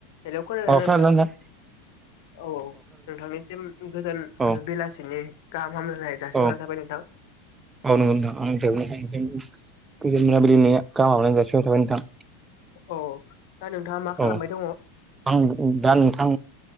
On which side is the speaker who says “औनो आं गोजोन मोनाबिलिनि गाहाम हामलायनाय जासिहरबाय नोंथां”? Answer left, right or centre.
Right